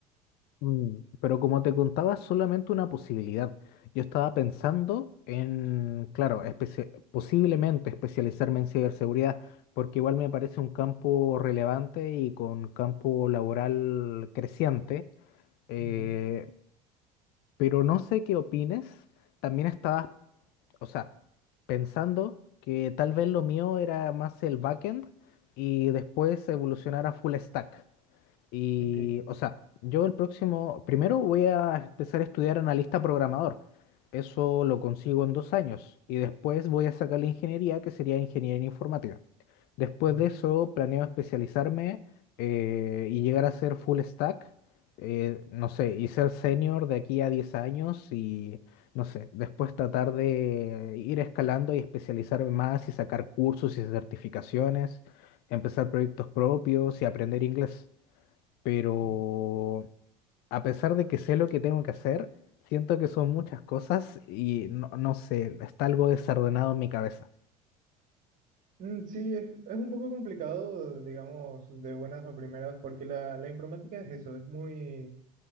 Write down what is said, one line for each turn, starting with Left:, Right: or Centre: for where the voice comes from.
Left: Mm, Pero como te contaba, es solamente una posibilidad. Yo estaba pensando en, claro, especia- posiblemente especializarme en ciberseguridad, porque igual me parece un campo relevante y con campo laboral creciente. eh,
Right: Ujú,
Left: pero no sé qué opines. También estaba, o sea, pensando que tal vez lo mío era más el backend y después evolucionar a full stack. Y,
Right: ok.
Left: o sea, yo el próximo, primero voy a empezar a estudiar analista programador. Eso lo consigo en dos años. Y después voy a sacar la ingeniería, que sería ingeniería en informática. Después
Right: Ujú.
Left: de eso, planeo especializarme eh, y llegar a ser full stack. eh, no sé, y ser senior de aquí a 10 años y, no sé, después tratar de ir escalando y especializarme más y sacar cursos y certificaciones, empezar proyectos propios y aprender inglés pero
Right: ok.
Left: a pesar de que sé lo que tengo que hacer, siento que son muchas cosas y no, no sé, está algo desordenado en mi cabeza.
Right: Mm, Sí, es, es un poco complicado, digamos, de buenas a primeras, porque la, la informática es eso, es muy,